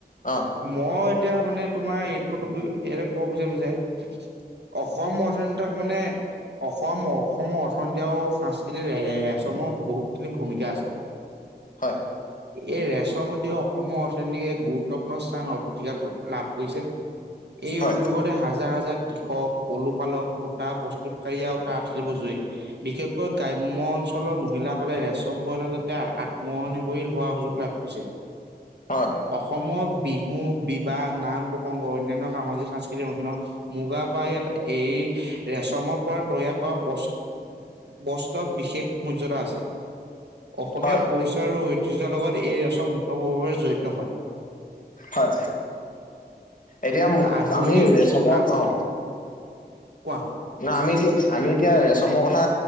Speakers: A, on the left (about 50°); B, on the right (about 80°).
A: অঁ।
B: মই এতিয়া মানে তোমাৰ এইটো টপিক এই ক'ব বিচাৰিম যে। অসমৰ যোনটাক মানে অসম অসমৰ অৰ্থনীতি আৰু সাংস্কৃতিৰ ৰে-ৰে-চমৰ বহুতখিনি ভূমিকা আছে।
A: হয়
B: এই ৰেচম উদ্যোগ অসমৰ অৰ্থনীতিক এক গুৰুত্বপূৰ্ণ স্থানত ঠিকা লাভ কৰিছে। এই
A: হয়
B: উদ্যোগতে হাজাৰ হাজাৰ কৃষক পলু পালক সূতা প্ৰস্তুতি কাৰিয়ীয়ে আৰু তাঁত শিল্প জৰি বিশেষকৈ গ্ৰাম্য অঞ্চলৰ মহিলাসকলে ৰেচম বয়ন যাতে আত্মহনি হৈল হোৱা সুযোগ লাভ কৰিছে
A: হয়
B: অস সমৰ বিহু বিবাহ নাম প্ৰসংগ অনন্য সামাজিক সাংস্কৃতিক অনুষ্ঠানত মূগা পাই এই ৰেচমৰ পৰা তৈয়াৰ কৰা বস্ত বস্ত্ৰ বিশেষ মৰ্যাদা আছে। অসমীয়া
A: হয়
B: পৰিচয় আৰু ঐতিহ্যৰ লগত এই ৰাচৰ মূতপূৰ্বভাৱে জড়িত হয়।
A: হয়, এতিয়া
B: আধুনিক
A: আমি ৰেচমৰ
B: আ
A: অ'।
B: কোৱা।
A: না আমি এতিয়া আমি এতিয়া ৰেচমৰ কথা